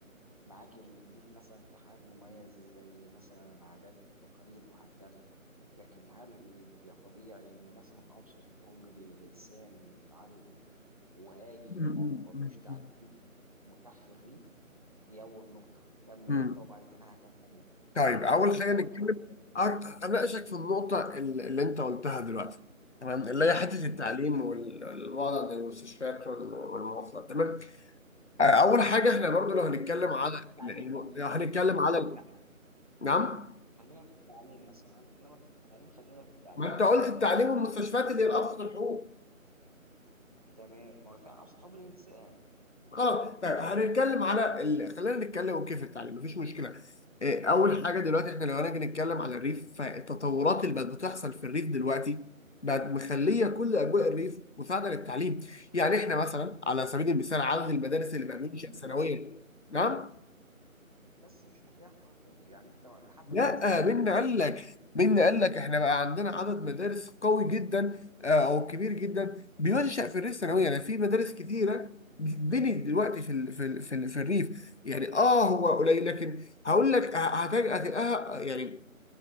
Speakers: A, on the right; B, on the left.
A: معاك إن الريف مثلا في حاجات مميزة زي مثلا العادات والتقاليد وهكذا لكن هل يبقى طبيعي إن مثلا أبسط حقوق الإنسان إنه يتعلم وهاجي
B: امم
A: ما وفرلوش
B: امم
A: تعليم متاح في الريف؟ دي أول نقطة كمل
B: امم
A: أنت وبعد كده أنا هكمل لك
B: طيب اول حاجه
A: أواجه
B: نتكلم
A: اعتراضك
B: أك- اناقشك في النقطه ال- اللي انت قلتها دلوقتي تمام اللي هي حته التعليم
A: قول
B: وال- والوضع عند المستشفيات وال- والمواصلات تمام اول حاجه احنا برضو لو هنتكلم
A: خلينا
B: على
A: في التعليم
B: ال- الم-
A: مثلا
B: لو هنتكلم
A: خلينا
B: على
A: في
B: ال-
A: التعليم
B: نعم
A: خلينا في التعليم مثلا أنا بكلمك في التعليم خلينا في التعليم
B: ما انت قلت التعليم والمستشفيات اللي هي الابسط الحقوق
A: تمام ما هو فعلا أبسط حقوق الإنسان
B: خلاص طيب هنتكلم على ال... خلينا نتكلم اوكي في التعليم مفيش مشكله إيه، اول حاجه دلوقتي احنا لو هنيجي نتكلم على الريف فالتطورات اللي بقت بتحصل في الريف دلوقتي بقت مخليه كل اجواء الريف مساعده للتعليم يعني احنا مثلا على سبيل المثال عدد المدارس اللي بقى
A: بس
B: بينشأ
A: مش مثال
B: سنويا نعم
A: بس مش متاح طيب يعني انت لحد
B: لا
A: الان زي ما بقول
B: مين
A: لك في
B: قال
A: اماكن
B: لك
A: كتير
B: مين قال لك احنا بقى عندنا عدد مدارس قوي جدا آه، او كبير جدا بينشأ في الريف ثانويا يعني في مدارس كتيره بتتبني دلوقتي في ال في ال في, ال في الريف يعني اه هو قليل لكن هقول لك هتج- هتلاقيها يعني